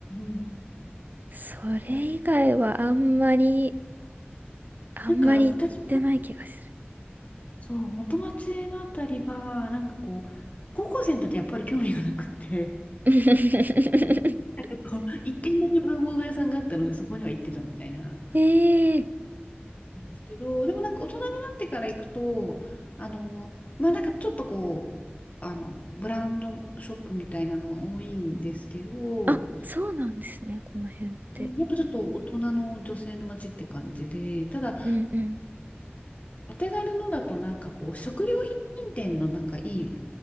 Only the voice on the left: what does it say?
ん。うん
なんか、私もそう、元町のあたりは、なんかこう、高校生の時やっぱり興味がなくって、
<laughs> 一軒だけ文房具屋さんがあったので、そこには行ってたみたいな、
なんですけど、でもなんか大人になってから行くと、あの、まあなんかちょっとこう、あの、ブランドショップみたいなのは多いんですけど、
うんやっぱちょっと大人の女性の街って感じで、ただ、
お手軽のだとなんかこう、食料品店のなんかいい